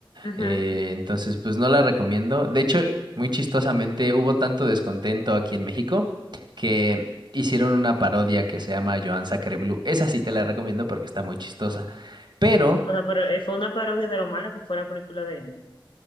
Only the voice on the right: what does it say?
Eh, entonces, pues no la recomiendo. De hecho, muy chistosamente, hubo tanto descontento aquí en México que hicieron una parodia que se llama Joan Sacre Blue. Esa sí te la recomiendo porque está muy chistosa. Pero